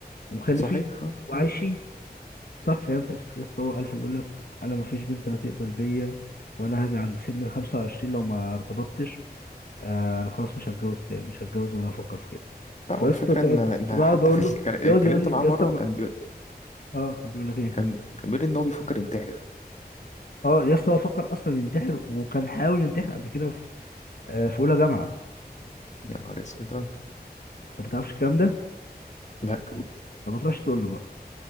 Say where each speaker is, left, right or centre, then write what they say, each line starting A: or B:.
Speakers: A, on the left (about 65°); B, on the left (about 45°).
A: ومخلفين
B: صحيح آه،
A: وعايشين
B: مم.
A: صح فاهم فاهم يا اسطى هو عارف يقول لك انا مفيش بنت هتقبل بيا وانا هاجي عند سن ال 25 لو ما ارتبطتش آه انا خلاص مش هتجوز تاني مش هتجوز ولا افكر في كده
B: لا
A: فيا
B: والفكرة
A: اسطى تقعد
B: إن إن
A: فبقعد
B: حتى
A: اقول
B: في الك...
A: له
B: اتكلمت
A: يقعد يقول لي
B: معاه
A: يا
B: مرة
A: اسطى ما
B: وكان بي...
A: اه كان بيقول لك ايه
B: كان كان بيقول إن هو بيفكر ينتحر
A: اه يا اسطى هو فكر اصلا ينتحر وكان حاول ينتحر قبل كده في, آه في اولى جامعه
B: يا نهار أسود آه.
A: انت ما تعرفش الكلام ده
B: لا
A: طب ما تروحش تقول له بقى